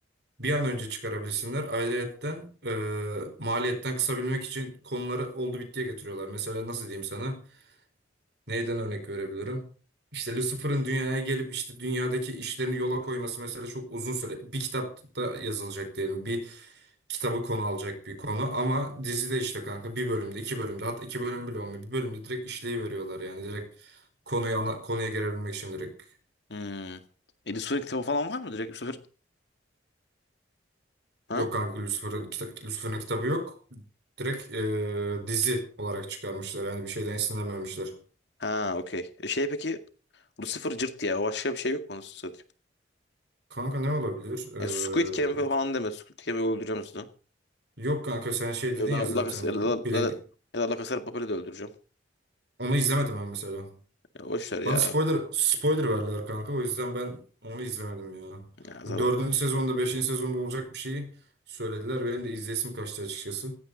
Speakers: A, on the right; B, on the left.
A: bir an önce çıkarabilsinler. Ayrıyetten e, maliyetten kısabilmek için konuları oldu bittiye getiriyorlar. Mesela nasıl diyeyim sana? Neyden örnek verebilirim? İşte Lucifer'ın dünyaya gelip işte dünyadaki işlerini yola koyması mesela çok uzun süre. Bir kitapta yazılacak diyelim. Bir kitabı konu alacak bir konu ama dizide işte kanka bir bölümde, iki bölümde hatta iki bölüm bile olmuyor. Bir bölümde direkt işleyi veriyorlar yani direkt konuya ana, konuya gelebilmek için direkt.
B: Hmm. Edis Suvar'ın kitabı falan var mı direkt? Bu sefer Ha?
A: Yok kanka Lucifer'ın kitap, Lucifer'ın kitabı yok. Direkt eee, dizi olarak çıkarmışlar. Yani bir şeyden esinlenmemişler.
B: Ha okey. E Şey peki Bu sıfır cırt ya. Başka bir şey yok mu anasını satayım?
A: Kanka ne olabilir? Eee,
B: Ya Squid Game falan deme. Squid Game'i öldüreceğim sizi.
A: yok kanka sen şey
B: Ya
A: dedin
B: da
A: ya zaten
B: La Casa, ya
A: bu
B: da,
A: bilindik
B: La, La- ya da La Casa de Papel'i de öldüreceğim.
A: Onu izlemedim ben mesela.
B: Ya boş ver ya.
A: Bana spoiler spoiler verdiler kanka. O yüzden ben onu izlemedim ya.
B: Ya
A: Hani
B: zaten.
A: Dördüncü sezonda, beşinci sezonda olacak bir şeyi söylediler. Benim de izlesim kaçtı açıkçası.